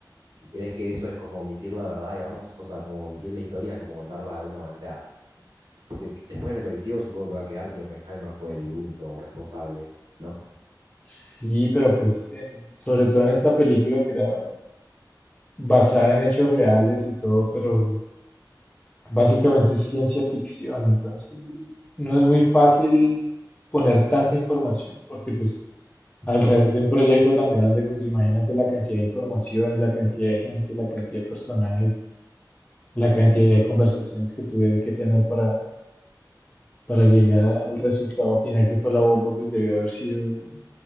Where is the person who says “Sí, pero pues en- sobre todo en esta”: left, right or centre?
Left